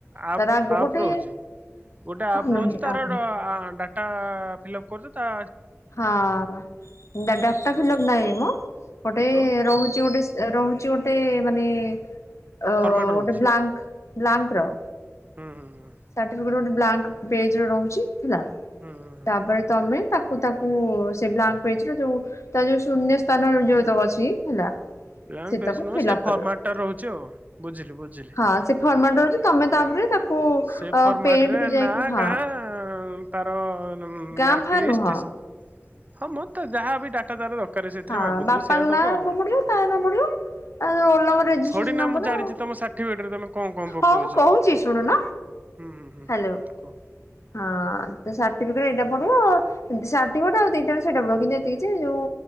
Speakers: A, on the right (about 30°); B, on the left (about 75°).
A: ଆପ୍
B: ତାର ଆଗ
A: ଆପ
B: ଗୋଟେ
A: ରହୁଛି ଗୋଟେ ଆପ୍
B: ନୁହେଁ
A: ରହୁଛି ତାର
B: ଆପ୍ ନୁହେଁ
A: ତା ଫିଲଅପ୍ କରୁଛ ଆ
B: ହଁ ଡାଟା ଫିଲପ ନାହିଁ ମ ଗୋଟେ
A: ଆଉ
B: ରହୁଛି ଗୋଟେ ରହୁଛି ଗୋଟେ ମାନେ ଅ ଗୋଟେ
A: ଫର୍ମାଟ ରହୁଛି
B: ବ୍ଲାଙ୍କ ବ୍ଲାଙ୍କର
A: ହୁଁ ହୁଁ ହୁଁ।
B: ସାଟିଫିକେଟ ଗୋଟେ ବ୍ଲାଙ୍କ ପେଜ ରେ ରହୁଛି ହେଲା।
A: ହୁଁଁ।
B: ତାପରେ ତମେ ତାକୁ ତାକୁ ସେ ବ୍ଲାଙ୍କ ପେଜ ର ଯୋଉ ତା ଯଉ ଶୂନ୍ୟ ସ୍ଥାନ ଯେଉ ତକ ଅଛି ହେଲା
A: ବାଙ୍କ
B: ସେତକ
A: ପେଜ ନୁହଁ
B: ଫିଲ୍ଅପ୍
A: ସେଇ
B: କରିବ।
A: ଫର୍ମାଟ ଟା ରହୁଛି ଆଉ ବୁଝିଲି ବୁଝିଲି।
B: ହଁ ସେ ଫର୍ମାଲ ରହୁଛି ତମେ ତାପରେ ତାକୁ
A: ସେଇ
B: ଅ
A: ଫର୍ମାଟ
B: ପେଣ୍ଟ
A: ରେ
B: କୁ ଯାଇକି
A: ନା,
B: ହଁ
A: ଗାଁ ତାର ହ ମ ତାର
B: ଗାଁ
A: ମାକ୍
B: ଫାଁ
A: ଲିଷ୍ଟ୍
B: ନୁହଁ
A: ସମସ୍ତେ ଯାହା ବି ଡା ଟା ତାର ଦରକାର ସେଥିରେ
B: ହଁ
A: ମାଗୁଥିବ
B: ବାପାଙ୍କ
A: ସେଇୟା
B: ନାଁ
A: ଦବ ଆଉ
B: ଆଗ
A: କଣ।
B: ପଡିବ ତା ନାଁ ପଡିବ ରୋଲ ନମ୍ବର ରେଜିଷ୍ଟ୍ରେସନ
A: ଥୋଡି ନା
B: ନମ୍ବର
A: ମୁଁ ଜାଣିଚି
B: ଆଉ
A: ତମ ସାଟିଫିକଟେ ରେ ତମେ କଣ କଣ ପକାଉଛ।
B: ହଉ ମୁଁ କହୁଛି ଶୁଣୁନ
A: ହୁଁ ହୁଁ ହୁଁ
B: ହ୍ୟାଲୋ
A: କହ
B: ହଁ। ତ ସାର୍ଟିଫିକେଟ ଏଇଟା ପଡିବ ସାର୍ଟିଫିକେଟ ଆଉ ଦିଟାେ ସେଇଟା ପଡିବ କିନ୍ତୁ ଏତିକ କିଛି ଯୋଉ